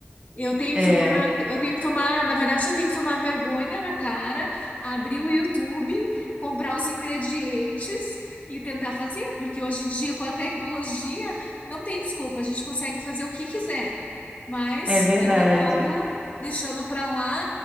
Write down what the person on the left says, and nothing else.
Eu tenho
que tomar, eu tenho que tomar, na verdade, eu tenho que tomar vergonha na cara, abrir o YouTube, comprar os ingredientes e tentar fazer, porque hoje em dia, com a tecnologia, não tem desculpa, a gente consegue fazer o que quiser. Mas
eu acabo deixando pra lá,